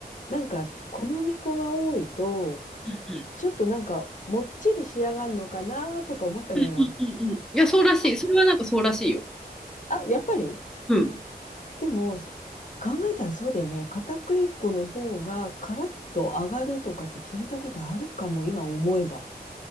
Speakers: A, on the left; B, in the centre.
A: なんか、小麦粉が多いと、
B: うんうん
A: ちょっとなんか、もっちり仕上がるのかなとか思ったのよ。
B: うんうん、いやそうらしいそれはなんかそうらしいよ
A: こあ、やっぱり
B: うん
A: でも、考えたらそうだよね。片栗粉の方がカラッと上がるとかって聞いたことあるかも、今思えば。